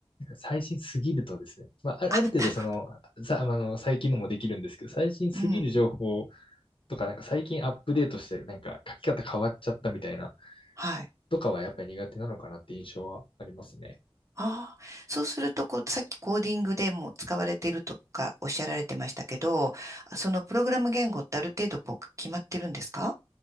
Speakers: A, on the left (about 65°); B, on the right (about 30°).
A: 最新すぎるとですね、まあ、ある程度その、
B: あ、なるほ
A: さ、あの、最近のもできるんですけど、最新すぎる情報
B: ど。うん。
A: とか、なんか最近アップデートして、なんか書き方変わっちゃったみたいな、
B: はい。
A: とかはやっぱり苦手なのかなって印象はありますね。
B: ああ。そうすると、こう、さっきコーディングでも使われているとかおっしゃられてましたけど、そのプログラム言語ってある程度、こう、決まってるんですか